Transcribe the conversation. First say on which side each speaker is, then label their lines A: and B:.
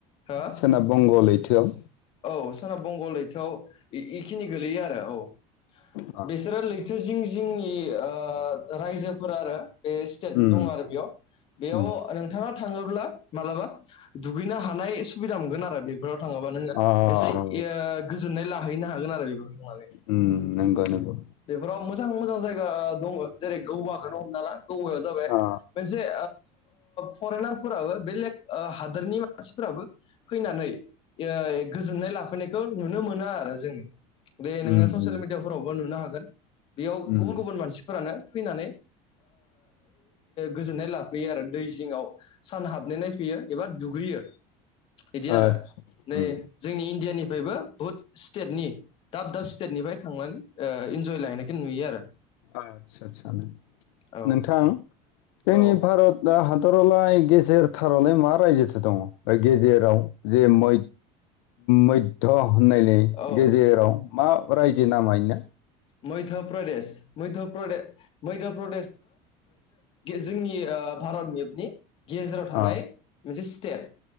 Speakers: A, on the left; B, on the left.
A: हो
B: सोनाब बंग' लैथोआव
A: औ सोनाब बंग लैथोआव बेखिनि गोलैयो आरो औ
B: अ
A: बिसोरो लैथो जिं जिंनि ओ रायजोफोर आरो बे स्टेट
B: उम
A: दङ आरो बेयाव बेयाव
B: उम
A: नोंथाङा थाङोब्ला मालाबा दुगैनो हानाय सुबिदा मोनोन आरो बेफोराव थाङोबा नोङो
B: अ
A: एसे
B: औ
A: गोजोननाय लाहैनो हागोन आरो बेफोर थांनानै
B: उ नंगौ नंगौ
A: बेफोराव मोजां मोजां जायगा दङ जेरै गौबाखौनो हमनाला गवाया जाबाय
B: अ
A: मोनसे फरेनारफोराबो बे लेक हादोरनि मानसिफोराबो फैनानै गोजोननाय लाफैनायखौ नुनो मोनो आरो जोङो बे नोङो
B: उम
A: ससियेल
B: उम
A: मिडियाफोरावबो नुनो हागोन बेयाव
B: उम
A: गुबुन गुबुन मानसिफोरानो फैनानै गोजोननाय लाफैयो आरो दै जिङाव सान हाबनाय नाय फैयो एबा दुगैयो बिदि
B: आदसा
A: आरो नै
B: उम
A: जोंनि इण्डियानि फ्रायबो बुहुत स्टेटनि दाब दाब स्टेट निफ्राय थांनानै इन्जय लाहैनायखौ नुयो आरो
B: आदसा आ
A: औ
B: नोंथां जोंनि
A: औ
B: भारतआ हाद दरावलाय गेजेर थारावलाय मा रायजोथ दङ गेजेराव जे मै मैध्य होननायनि
A: औ
B: गेजेराव मा रायजो नामा बिनो
A: मध्य प्रदेश प्रदेशाबबो जोंनि भारत मेपनि गेजेराव थानाय
B: अ
A: मोनसे स्टेट